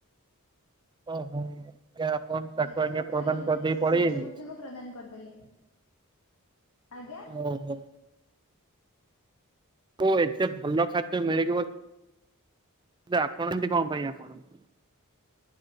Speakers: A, on the right; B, on the left.
A: ଓହୋ ଆଜ୍ଞା ଆପଣ ତାକୁ
B: କିନ୍ତୁ
A: ଆଜ୍ଞା
B: ମୁଁ
A: ପ୍ରଦାନ
B: ଖାଇଲି ନାହିଁ
A: କରିଦେଇ
B: ସେ
A: ପଳେଇ
B: ସୂର୍ଯ୍ୟମୁଖୀଙ୍କୁ
A: ଆସିଲେ।
B: ପ୍ରଦାନ କରିଦେଲେ। ଆଜ୍ଞା
A: ମୁଁ ହୁଁ। କୋଉ ଏତେ ଭଲ ଖାଦ୍ୟ ମିଳିଯିବ ଆପଣ ଏନ୍ତି କଣ ପାଇଁ କରନ୍ତି।